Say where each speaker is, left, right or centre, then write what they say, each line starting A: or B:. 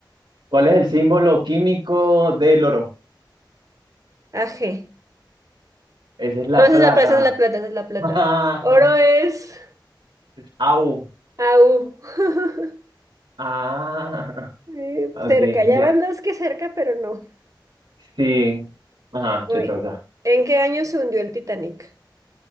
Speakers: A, on the right; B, on the right.
A: ¿Cuál es el símbolo químico del oro?
B: AG.
A: Esa es la
B: No, esa
A: plata.
B: es la plata, esa es la plata, esa es la plata.
A: <laughs>
B: Oro es
A: Au.
B: AU. <laughs>
A: Ah,
B: Eh,
A: ok,
B: Cerca, ya
A: ya.
B: van dos que cerca, pero no.
A: Sí. Ajá,
B: Voy.
A: te toca.
B: ¿En qué año se hundió el Titanic?